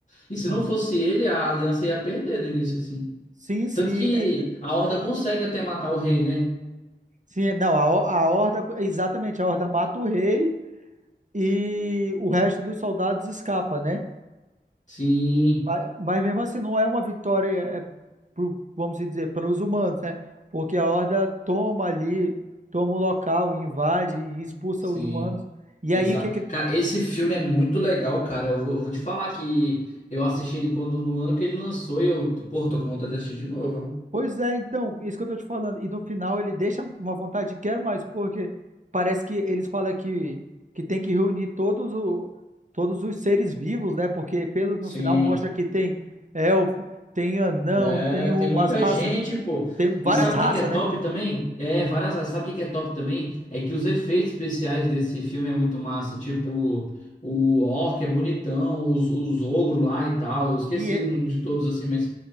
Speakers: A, on the left (about 40°); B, on the right (about 45°).
A: E se
B: Hum.
A: não fosse ele, a aliança ia perder no início, assim.
B: Sim, sim,
A: Tanto que
B: é-
A: a Horda consegue até matar o rei, né?
B: sim, é- não, a, Ho- a horda, exatamente, a horda mata o rei e o resto dos soldados escapa, né?
A: Sim,
B: Mas, mas mesmo assim não é uma vitória, é, é pro- vamos dizer, pelos humanos, né? Porque a Horda toma ali, toma o local, invade e expulsa
A: sim.
B: os humanos. E
A: Exato.
B: aí o que que...
A: Cara, esse filme é muito legal, cara. Eu vou, eu vou te falar que eu assisti ele quando no ano que ele lançou e eu, pô, tô com vontade de assistir de novo, ó.
B: Pois é, então, isso que eu tô te falando. E no final ele deixa uma vontade de quero mais, porque parece que eles falam que, que tem que reunir todos, o, todos os seres vivos, né? Porque pelo no
A: Sim.
B: final mostra que tem elfo, tem anão,
A: É,
B: tem umas
A: tem muita
B: raças,
A: gente, pô.
B: tem várias
A: E sabe
B: raças,
A: o que que é top
B: né?
A: também? É,
B: Hum.
A: várias. áreas. Sabe o que que é top também? É que os efeitos especiais desse filme é muito massa. Tipo, o orc é bonitão, os, os ogros lá e tal. Eu esqueci
B: E
A: de todos assim, mas